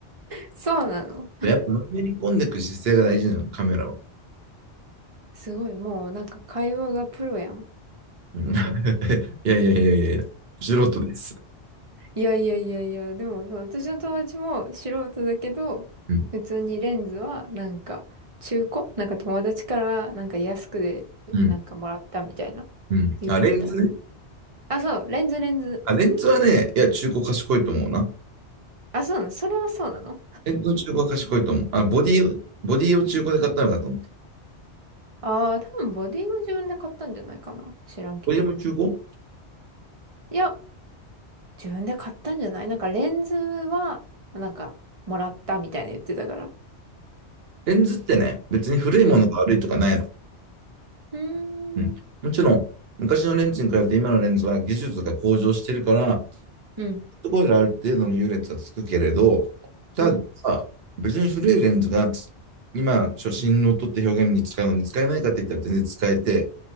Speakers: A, on the right; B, on the right.
A: そうなの。
B: やっぱ、のめり込んでいく姿勢が大事なの、カメラは。
A: すごい、もうなんか会話がプロやん。
B: うん <laughs> いやいやいやいやいや、素人です。
A: いやいやいやいや、でもそう、私の友達も素人だけど、
B: うん。
A: 普通にレンズはなんか中古なんか友達からなんか安くでなんかもらったみたいな
B: うん。うん。
A: 言ってた。
B: あ、レンズね。
A: あ、そう、レンズレンズ。
B: あ、レンズはね、いや、中古賢いと思うな。
A: あ、そうなの、それはそうなの
B: レンズの中古は賢いと思う。あ、ボディ、ボディを中古で買ったのかと思った。
A: ああー、多分ボディは自分で買ったんじゃないかな。知らんけど。
B: ボディも中古
A: いや、自分で買ったんじゃないなんかレンズはなんかもらったみたいな言ってたから。
B: レンズってね、別に古いものが悪いとかないの。
A: うん。うーん。
B: うん。もちろん、昔のレンズに比べて今のレンズは技術が向上してるから、
A: うん。
B: そこである程度の優劣はつくけれど、ただ、
A: うん。
B: 別に古いレンズがつ今、初心の撮って表現に使うのに使えないかって言ったら全然使えて、